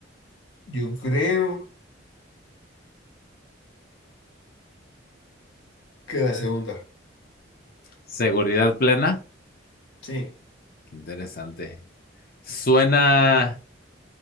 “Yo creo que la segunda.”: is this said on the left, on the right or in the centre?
Left